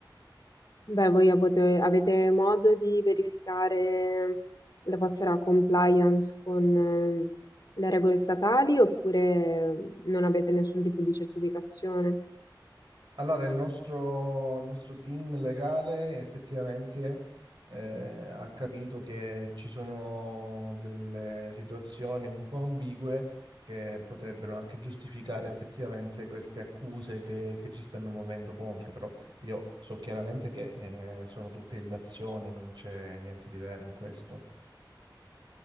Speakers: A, on the left (about 55°); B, on the right (about 65°).
A: Beh, voi avete, avete modo di verificare la vostra compliance con eh, le regole statali oppure non avete nessun tipo di certificazione?
B: Allora, il nostro, il nostro team legale effettivamente eh, ha capito che ci sono delle situazioni un po' ambigue che potrebbero anche giustificare effettivamente queste accuse che, che ci stanno muovendo contro, però io so chiaramente che eh, sono tutte illazioni, non c'è niente di vero in questo.